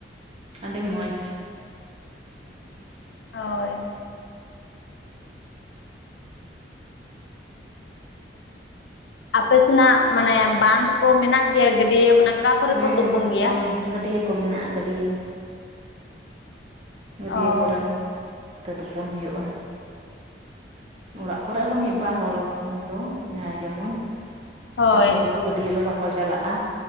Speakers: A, on the right; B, on the left.
A: ᱟᱹᱰᱤ ᱢᱚᱡᱽ
B: ᱦᱳᱭ ᱟᱯᱮ ᱥᱮᱱᱟᱜ ᱢᱟᱱᱮ ᱵᱟᱸᱫᱷ ᱠᱚ ᱢᱮᱱᱟᱜ ᱜᱮᱭᱟ ᱜᱟᱹᱰᱭᱟᱹ ᱢᱟᱱᱮ ᱚᱠᱟ ᱠᱚᱨᱮ
A: ᱦᱮᱸ
B: ᱠᱚ ᱛᱩᱯᱩᱱ ᱜᱮᱭᱟ
A: ᱦᱮᱸ ᱜᱟᱹᱰᱭᱟᱹ ᱠᱚ ᱢᱮᱱᱟᱜᱼᱟ ᱜᱟᱹᱰᱭᱟᱹ ᱜᱟᱹᱰᱭᱟᱹ
B: ᱚ
A: ᱠᱚᱨᱮᱱ ᱛᱮ ᱛᱩᱯᱩᱱ ᱦᱩᱭᱩᱜᱼᱟ ᱚᱲᱟᱜ ᱠᱚᱨᱮ ᱦᱚ ᱢᱤᱫᱵᱟᱨ ᱦᱚᱲ ᱫᱚ ᱡᱟᱦᱟᱸᱟᱭ ᱡᱮᱢᱚᱱ
B: ᱦᱳᱭ
A: ᱡᱚᱛᱚ ᱦᱚᱲ ᱫᱚ ᱜᱟᱹᱰᱭᱟᱹ ᱫᱚ ᱵᱟᱠᱚ ᱪᱟᱞᱟᱜᱼᱟ